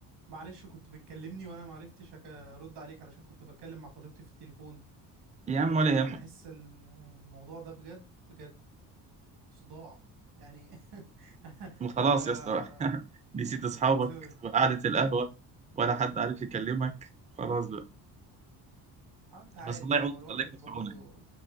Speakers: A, on the right; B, on the right.
A: معلش كنت بتكلمني وانا معرفتش أك- ارد عليك علشان كنت بتكلم مع خطيبتي في التليفون
B: يا عم
A: يا جدع
B: ولا
A: انا
B: يهمك
A: بحس ال- الموضوع ده بجد بجد صداع يعني <laughs>
B: وخلاص
A: انا
B: يا اسطى <laughs> نسيت اصحابك
A: كنت
B: وقعدة القهوة ولا حد عارف يكلمك خلاص بقى
A: آه، انت عارف
B: بس الله يعونك
A: هو الواحد
B: الله يكون
A: برضه
B: في عونك